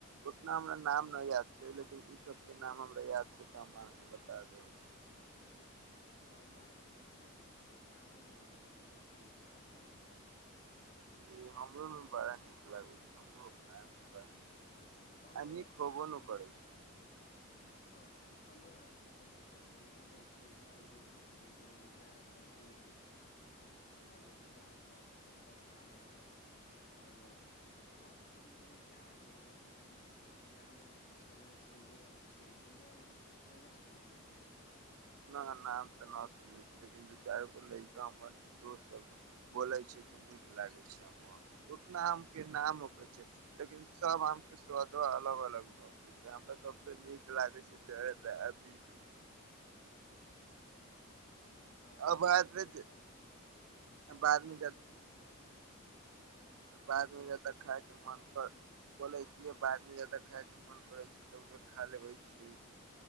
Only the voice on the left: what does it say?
ह, बड़ा निक लगे छै, खाहो मे निक लगैत छी क्या कही अहाँ।
हमरो
आम
के
बग
हँ। हमरो आम के बगीचा छै, उगै छै, मालदे किष्ण भोग जारदा बीज। ओर डालम, दशहरा आम। ओर बहुत केसेन केसेन के आगम होइ छै, लेकिन। नामे नऽ, एकटा सिन्धु आम छै, सिन्धु आम, सुनने छियै ने?
हँ
हँ
हँ
सभसँ
ज्यादा सभसँ
ज्यादा हमरो नीक लागै छै <unintelligible>
बोलै
छी बोलै
छी